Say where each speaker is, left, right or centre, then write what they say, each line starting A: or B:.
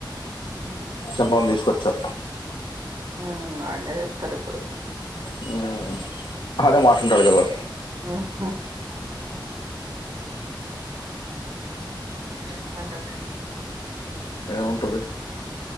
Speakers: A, on the right (about 55°); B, on the left (about 80°).
A: ఉహు
B: చిన్నోని తీసుకొచ్చా
A: హ్మ్ బానే చెప్తారు ఇపుడు
B: హ్మ్. ఆడే మాటింటాడు కదా
A: హ్మ్ ఉన్లె అంగతే
B: ఏముంటది